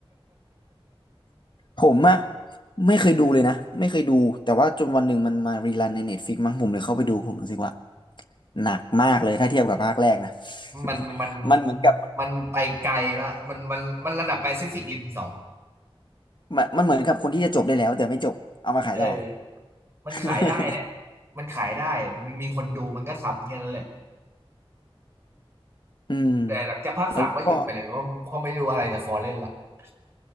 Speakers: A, on the left (about 50°); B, on the right (about 25°).
A: ผมอะไม่เคยดูเลยนะไม่เคยดูแต่ว่าจนวันหนึ่งมันมารีรันในเน็ตฟ i ิกมั้งผมเลยเข้าไปดูผมรู้สึกว่าหนักมากเลยถ้าเทียบกับภาคแรกนะ
B: <laughs> มันมัน
A: <laughs> มันเหมือนกับ
B: มันไปไกลละมันมันมันระดับแปซิฟิกริมสอง
A: มันมันเหมือนกับคนที่จะจบได้แล้วแต่ไม่จบเอามาขายต่อ
B: เออ มันขายได้แหละ
A: <laughs>
B: มันขายได้ มันมีคนดูมันก็ทำแค่นั้นแหละ
A: อืม
B: แต่หลังจากภาคสามก็หยุดไปเลยเพราะเพราะไม่รู้อะไรจะฟอลเล่นละ
A: แล้วก็
B: <laughs>